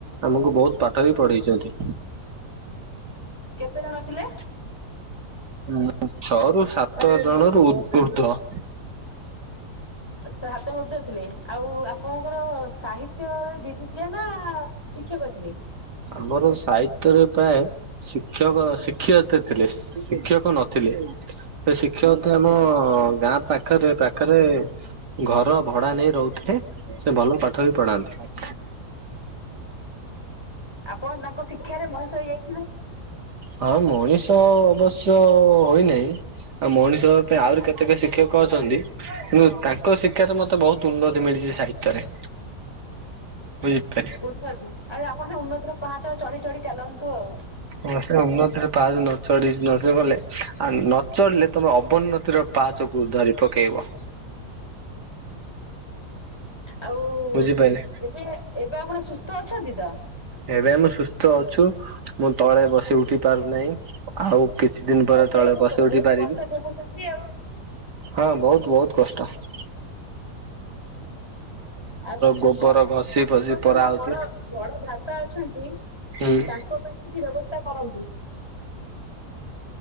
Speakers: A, on the right (about 80°); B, on the left (about 15°).
A: ଆମକୁ ବୋହୁତ ପାଠ ବି ପଢେଇଚନ୍ତି।
B: କେତେଜଣ ଥିଲେ?
A: ହୁଁ, ଛଅରୁୁ ସାତ ଜଣ ରୁ ଉର୍ଦ୍ଧ୍ୱ
B: ଛ ହାତ ମଡି ଧରି ଥିଲେ <unintelligible> ଆଉ ଆପଣଙ୍କର ସାହିତ ଦିଦି ଥିଲେ ନା ଶିକ୍ଷକ ଥିଲେ?
A: ଆମର ସାହିତ୍ୟରେ ପ୍ରାୟ ଶିକ୍ଷକ ଶିକ୍ଷୟତେ ଥିଲେ, ଶିକ୍ଷକ ନଥିଲେ ସେ ଶିକ୍ଷକତ ଆମ ଗାଁ ପାଖରେ ପାଖରେ ଘର ଭଡା ନେଇ ରହୁଥିଲେ, ସେ ଭଲ ପାଠ ବି ପଢାନ୍ତି ।
B: ଆପଣ ତାଙ୍କ ଶିକ୍ଷାରେ ମଣିଷ ହେଇଯାଇ
A: ହଁ ମଣି ତ ଅବଶ୍ୟ ହୋଇନାହିଁ ଆଉ ମଣିଷ ପାଇଁ ଆହୁରି କେତେକ ଶିକ୍ଷକ ଅଛନ୍ତି ତାଙ୍କ ଶିକ୍ଷାରେ ମତେ ବହୁତ ଉନ୍ନତି ମିଳିଛି ସାହିତ୍ୟରେ ବୁଝିପାରିଲେ।
B: ଉନ୍ନତି ଆଉ ଆପଣ ସେ ଉନ୍ନତିର ପାହାଚ ଚଢି ଚଢି ଚାଲନ୍ତୁ ଆଉ
A: ହଁ ସେ ଉନ୍ନତିରେ ପାହା ନଚଢି ନଚ ଗଲେ ଆ ନଚଳିଲେ ତମେ ଅବ ନଦୀର ପାହା <unintelligible> ଯୋଗକୁୁ ଧରି ପକେଇବ <inaudible>
B: ଆଉ,
A: ବୁଝିପାରିଲେ
B: ଏବେ, ଏବେ ଆପଣ ସୁସ୍ଥ ଅଛନ୍ତି ତ?
A: ଏବେ, ଆମେ ସୁସ୍ଥ ଅଛୁ, ମୁଁ ତଳେ ବସି ଉଠି ପାରୁନାହିଁ ଆଉ କିଛି ଦିନ ପରେ
B: ତଥାପି
A: ତଳେ
B: ଆପଣ
A: ବସି
B: ବହୁତ
A: ଉଠି ପାରିବି,
B: କଷ୍ଟ ଭୋଗୁଛନ୍ତି ଆଉ
A: ହଁ ବହୁତ ବହୁତ କଷ୍ଟ ।
B: ଆଉ
A: ଗୋବର
B: ଆପଣଙ୍କ
A: ଘଷି ଫସି ପରା
B: ଯୋଉ
A: ହଉଛି
B: ବଡ, ବଡ ବାପା ଅଛନ୍ତି
A: ହୁଁ।
B: ତାଙ୍କ ପାଇଁ କିଛି ବ୍ୟବସ୍ଥା କରନ୍ତୁ ।